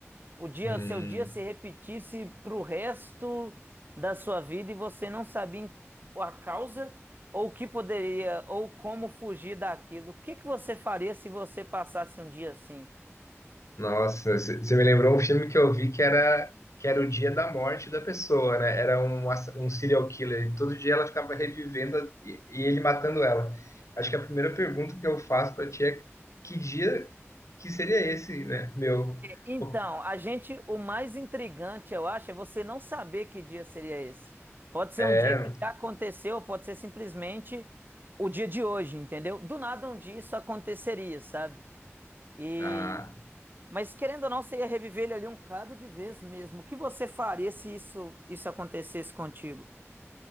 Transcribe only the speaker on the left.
Hum,
nossa, c- você me lembrou um filme que eu vi que era, que era o dia da morte da pessoa, né? Era um, ass- um serial killer. E todo dia ela ficava revivendo e, e ele matando ela. Acho que a primeira pergunta que eu faço pra ti é que dia que seria esse, né? Meu.
Pô,
É,
ah,